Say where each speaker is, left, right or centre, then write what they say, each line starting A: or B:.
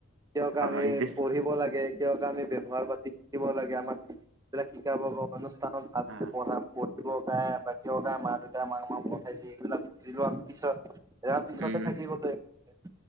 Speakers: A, on the right; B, on the right.
A: কিয়
B: অ
A: আমি
B: এইটো
A: পঢ়িব লাগে, কিয় আমি ব্যৱহাৰ পাতি। শিকিব লাগে আমাক এইবিলাক শিকাব। <unintelligible> ক
B: অ
A: গায় বাক গায় মা দেউতাই মাক মাক পঠাইছে এইবিলাক বুজিলো আমি পিছত। ইয়াৰ পিছতে
B: উম
A: থাকি গলো এতিয়া